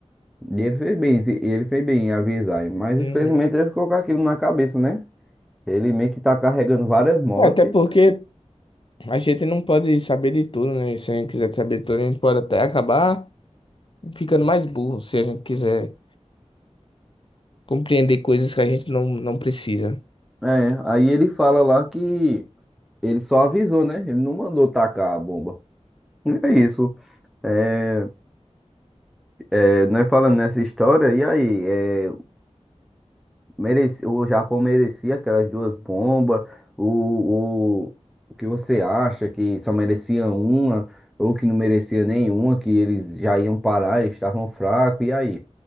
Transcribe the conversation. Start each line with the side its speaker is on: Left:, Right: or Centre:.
Centre: E ele fez bem, e ele fez bem em avisar. Mas
Left: Uhum.
Centre: infelizmente eles colocaram aquilo na cabeça, né? Ele meio que tá carregando várias mortes.
Left: Até porque a gente não pode saber de tudo, né? Se a gente quiser saber de tudo, a gente pode até acabar ficando mais burro, se a gente quiser. compreender coisas que a gente não, não precisa.
Centre: É, aí ele fala lá que ele só avisou, né? Ele não mandou tacar a bomba. E É isso. É, é, nós falando nessa história, e aí? É, Mereci, o Japão merecia aquelas duas bombas. O, o, o que você acha que só merecia uma ou que não merecia nenhuma, que eles já iam parar, eles estavam fracos, e aí?